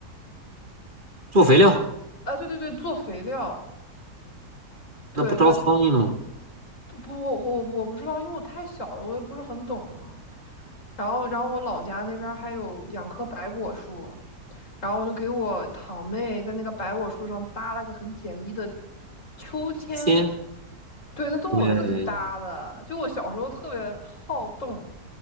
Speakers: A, on the right; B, on the left.
A: 做肥料，
B: 啊，对对对，做肥料，对，
A: 那不招苍蝇吗？
B: 就不，我我我不知道，因为我太小了，我也不是很懂嘛。然后，然后我老家那边还有两棵白果树，然后我就给我堂妹在那个白果树上搭了个很简易的秋千，
A: 鲜。
B: 对，那都是我自己搭的。
A: 对，
B: 就我小时候特别好动，